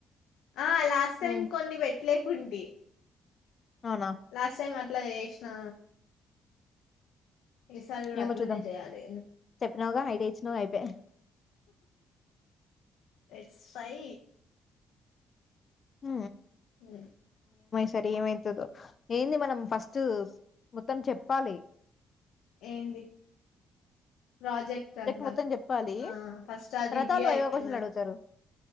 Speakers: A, on the left (about 85°); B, on the left (about 45°).
A: ఆ లాస్ట్
B: హ్మ్
A: టైం కొన్ని పెట్టలేకుంటి
B: అవునా
A: లాస్ట్ టైం అట్లా చేసినా ఈసారి కూడా
B: ఏమో
A: అట్లనే
B: చూద్దాం
A: చేయాలి
B: చెప్పినావుగా ఐడియా ఇచ్చినావ్ అయిపాయ్
A: ఎస్ఐ
B: ఉ
A: ఉ
B: సరే ఏమవుతుందో ఏంది మనం ఫస్ట్ మొత్తం చెప్పాలి
A: ఏంది ప్రాజెక్ట్ అంతా
B: మొత్తం చెప్పాలి
A: ఆ ఫస్ట్ అ
B: తర్వాత
A: రివ్యూ
B: వాళ్ళు
A: అయిపోయినాక
B: వైవా క్వశ్చన్లు అడుగుతారు